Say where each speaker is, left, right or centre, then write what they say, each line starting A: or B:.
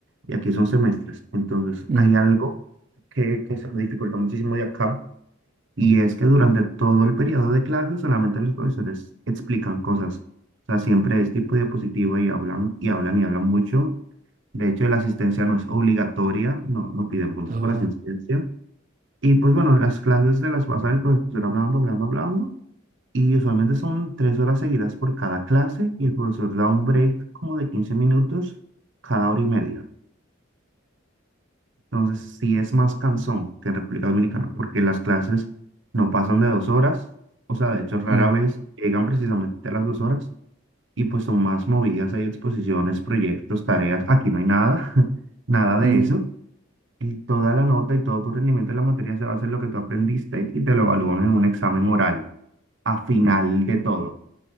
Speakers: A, on the right (about 60°); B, on the right (about 40°).
A: y aquí son semestres. Entonces,
B: Mm,
A: hay algo que, que se me dificulta muchísimo de acá. Y es que durante todo el periodo de clase solamente los profesores explican cosas. O sea, siempre es tipo diapositiva y hablan y hablan y hablan mucho. De hecho, la asistencia no es obligatoria, no, no piden puntos
B: oh,
A: por asistencia. Y pues bueno, las clases se las pasa el profesor hablando, hablando, hablando. Y usualmente son tres horas seguidas por cada clase y el profesor da un break como de 15 minutos cada hora y media. Entonces, sí es más cansón que en República Dominicana, porque las clases no pasan de dos horas, o sea, de hecho, rara
B: mm,
A: vez llegan precisamente a las dos horas y pues son más movidas, hay exposiciones, proyectos, tareas, aquí no hay nada, <laughs> nada de
B: mm.
A: eso. Y toda la nota y todo tu rendimiento en la materia se basa en lo que tú aprendiste y te lo evalúan en un examen oral, a final de todo.